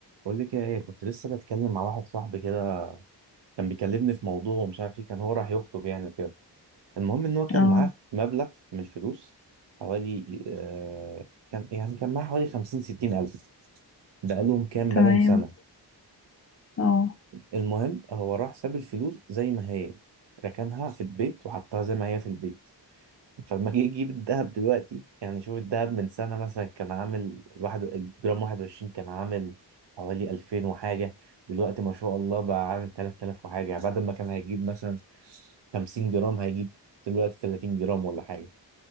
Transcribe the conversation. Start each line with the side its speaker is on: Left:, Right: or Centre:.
Right: بقول لك ايه كنت لسه بتكلم مع واحد صاحبي كده كان بيكلمني في موضوع ومش عارف ايه كان هو راح يخطب يعني وكده المهم ان هو كان
Left: اه
Right: معاه مبلغ من الفلوس حوالي آه كان يعني كان معاه حوالي 50 60 الف بقالهم كام
Left: تمام
Right: بقالهم سنة
Left: اه
Right: المهم هو راح ساب الفلوس زي ما هي ركنها في البيت وحطها زي ما هي في البيت فلما جه يجيب الذهب دلوقتي يعني شوف الذهب من سنة مثلا كان عامل واحد الجرام واحد وعشرين كان عامل حوالي ألفين وحاجة دلوقتي ما شاء الله بقى عامل تلات آلاف وحاجة يعني بعد ما كان هيجيب مثلا خمسين جرام هيجيب دلوقتي تلاتين جرام ولا حاجة